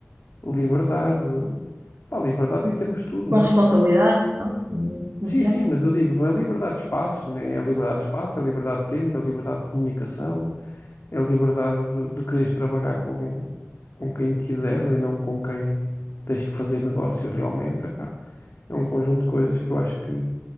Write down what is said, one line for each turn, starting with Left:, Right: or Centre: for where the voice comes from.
Left: liberdade. Pá, liberdade em termos de tudo,
Right: Com
Left: não
Right: responsabilidade,
Left: é?
Right: pronto, como como
Left: Sim,
Right: sempre.
Left: sim, mas eu digo, não é liberdade de espaço, né? É liberdade de espaço, é liberdade de tempo, é liberdade de comunicação. É a liberdade de, de quereres trabalhar com, com quem quiseres e não com quem tens que fazer negócio realmente. Epá, é um conjunto de coisas que eu acho que